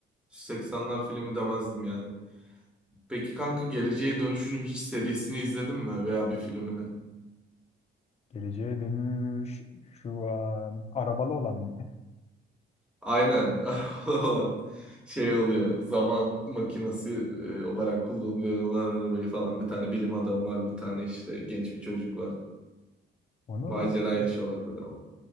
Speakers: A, in the centre; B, on the left.
A: 80'ler filmi demezdim yani. Peki kanka Geleceğe Dönüş'ün hiç serisini izledin mi veya bir filmini?
B: Geleceğe Dönüş şu an arabalı olan mı?
A: Aynen <laughs> olan şey oluyor. Zaman makinesi e, olarak kullanıyorlar arabayı falan. Bir tane bilim adamı var, bir tane işte genç bir çocuk var.
B: <laughs> Onu
A: Macera yaşıyorlar böyle ama.